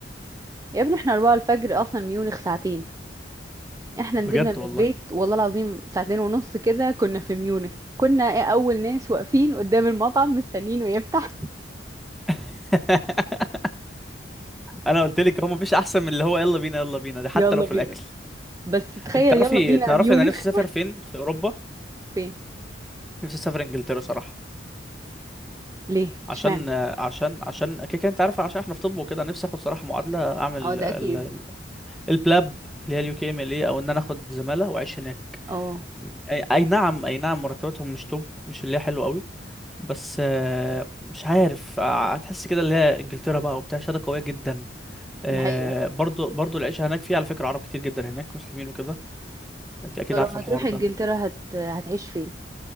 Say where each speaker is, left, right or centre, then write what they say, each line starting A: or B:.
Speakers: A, on the right; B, in the centre.
A: يا ابني احنا أربعة الفجر أصلا ميونخ ساعتين احنا نزلنا
B: بجد
A: من
B: والله
A: البيت والله العظيم ساعتين ونص كده كنا في ميونخ كنا ايه أول ناس واقفين قدام المطعم مستنيين ويفتح
B: <laughs> انا قلت لك هو مفيش احسن من اللي هو يلا بينا يلا بينا
A: <laughs>
B: ده حتى
A: يلا
B: لو في
A: بينا
B: الاكل
A: بس تخيل
B: انت تعرفي
A: يلا بينا
B: تعرفي
A: ميونخ
B: انا نفسي اسافر فين في اوروبا
A: فين
B: نفسي اسافر انجلترا صراحه
A: ليه
B: عشان
A: اشمعنى
B: عشان عشان كده كده انت عارف عشان احنا في طب وكده نفسي اخد صراحه معادله اعمل
A: اه ده
B: ال-
A: أكيد
B: ال- البلاب اللي هي اليو كي ام ال اي او ان انا اخد زماله واعيش هناك
A: اه
B: اي اي نعم اي نعم مرتباتهم مش توب مش اللي هي حلوه قوي بس آه، مش عارف آه، هتحس كده اللي هي انجلترا بقى وبتاع شهاده قويه جدا آه،
A: دي حقيقة
B: برضو برضو العيشه هناك فيها على فكره عرب كتير جدا هناك مسلمين وكده انت اكيد
A: طب لو
B: عارفه
A: هتروح
B: الحوار ده
A: انجلترا هت... هتعيش فين